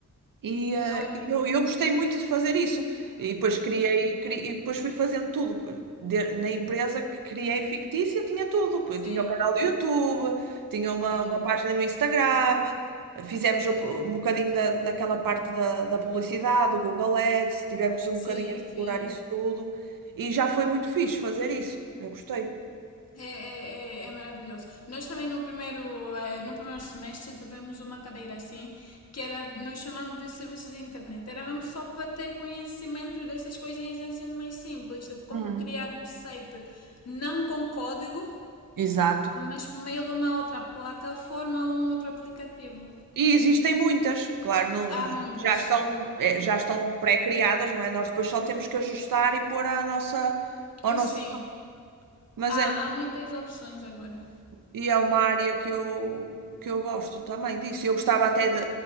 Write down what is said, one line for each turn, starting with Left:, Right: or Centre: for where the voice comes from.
Right: E eh,
Left: Olha,
Right: e eu, eu gostei muito de fazer isso. E depois criei, cri- e depois fui fazendo tudo. De- na empresa que criei fictícia, tinha tudo.
Left: sim,
Right: Eu tinha o canal do YouTube, tinha uma,
Left: olha,
Right: uma página no Instagram. Fizemos um po- um bocadinho da, daquela parte da, da publicidade, do Google Ads. Tivemos um
Left: sim,
Right: bocadinho a explorar
Left: sim.
Right: isso tudo. E já foi muito fixe fazer isso. Eu gostei.
Left: É, é, é, é maravilhoso. Nós também no primeiro, eh, no primeiro semestre tivemos uma cadeira assim, que era, nós chamamos de serviços de internet. Era mesmo só para ter conhecimento dessas coisinhas assim mais simples, tipo como
Right: Hum,
Left: criar um site não com código,
Right: exato.
Left: mas por meio de uma outra plataforma ou um outro aplicativo.
Right: E existem muitas, claro, não-
Left: Há muitas.
Right: já estão, é, já estão pré-criadas, não é? Nós depois só temos que ajustar e pôr a nossa, ao
Left: Eh,
Right: nosso.
Left: Sim,
Right: Mas
Left: há,
Right: é mesmo.
Left: há muitas opções agora.
Right: E é uma área que eu, que eu gosto também disso. Eu gostava até de,